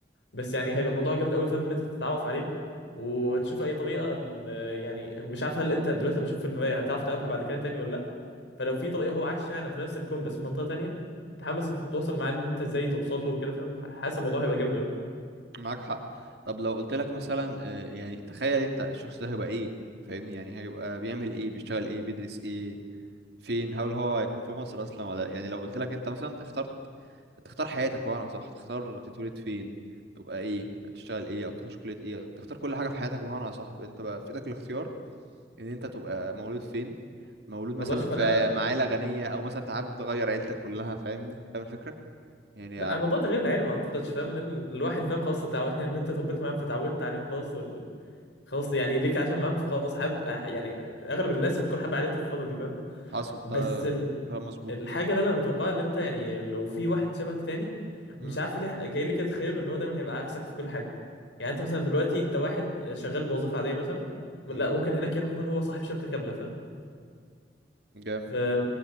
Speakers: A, on the left; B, on the right.
A: بس يعني هيبقى الموضوع جامد قوي فاهم ان انت تتعرف عليه وتشوف اي طريقه إن- يعني مش عارف هل انت دلوقتي لما تشوف في المرايه هتعرف تقابله بعد كده تاني ولا لا فلو في طريقه هو عايش فعلا في نفس الكون بس في منطقه تانيه تحاول مثلا تتواصل معاه ان انت ازاي توصل له وكده فاهم حاسس الموضوع هيبقى جامد قوي
B: معاك حق طب لو قلت لك مثلا آه، يعني تخيل انت الشخص ده هيبقى ايه فاهمني يعني هيبقى بيعمل ايه بيشتغل ايه بيدرس ايه فين هل هو هيكون في مصر اصلا ولا يعني لو قلت لك انت مثلا اخترت تختار حياتك بمعنى صح تختار تتولد فين تبقى ايه هتشتغل ايه او تخش كلية ايه تختار كل حاجة في حياتك بمعنى صح انت بقى في ايدك الاختيار ان انت تبقى مولود فين مولود
A: والله
B: مثلا
A: شوف
B: في
A: انا يعني
B: مع عيلة غنية او مثلا انت حابب تغير عيلتك كلها فاهمني فاهم الفكرة يعني
A: لا الموضوع تغيير العيله ما اعتقدش فاهم لان الواحد فاهم خلاص تعو... <laughs> ان انت تربيت معاهم فتعودت عليهم خلاص وال... خلاص يعني ليك عشان معاهم فخلاص حابب يعني اغلب الناس هتكون حابه عيلتها في الفتره دي فاهم
B: حاصل
A: بس
B: ده كلام مظبوط
A: الحاجه اللي انا متوقعها ان انت يعني لو في واحد شبهك تاني مش
B: مم.
A: عارف ليه جاي لي كده تخيله ان هو دايما هيبقى عكسك في كل حاجه يعني انت مثلا دلوقتي انت واحد شغال بوظيفه عاديه مثلا لا
B: مم.
A: ممكن هناك يكون هو صاحب شركه كامله فاهم
B: جامد
A: في